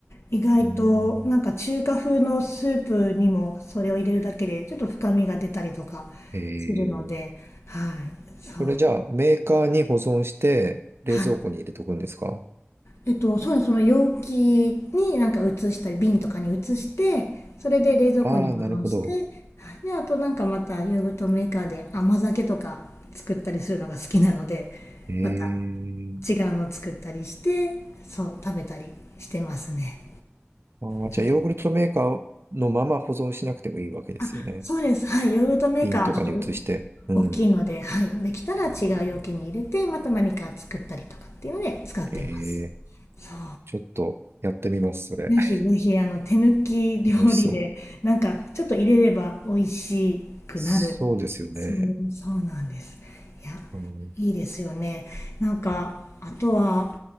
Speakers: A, on the left (about 75°); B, on the right (about 60°).
A: 意外となんか中華風のスープにもそれを入れるだけでちょっと深みが出たりとか
B: うーん。ええ、
A: するので、はい、そう。
B: それじゃあ、メーカーに保存して、冷蔵庫に入れとくんですか
A: はい。えっと、そうです。その容器になんか移したり、瓶とかに移して、それで冷蔵庫に保存して、
B: ああー、なるほど。
A: はいで、あとなんかまたヨーグルトメーカーで甘酒とか作ったりするのが好きなので、
B: ええ
A: また違うの作ったりして、そう、食べたりしてますね。
B: あーじゃあ、
A: ちょっと
B: ヨーグルトメーカーのまま保存しなくてもいいわけですよね。
A: あ、そうです。はい。ヨーグルトメーカーはちょっと
B: 瓶とかに移して。うん。
A: お大きいので、はい。できたら違う容器に入れて、また何か作ったりとかっていうので使ってます。
B: ええ
A: そう。
B: ちょっとやってみます、それ。
A: ぜひぜひ、
B: <laughs>
A: あの、手抜き料理で、
B: 楽しそう。
A: なんか、ちょっと入れれば美味しくなる。
B: そうですよね。
A: そう、そうなんです。いや、
B: あの
A: いいですよね。なんか、あとは、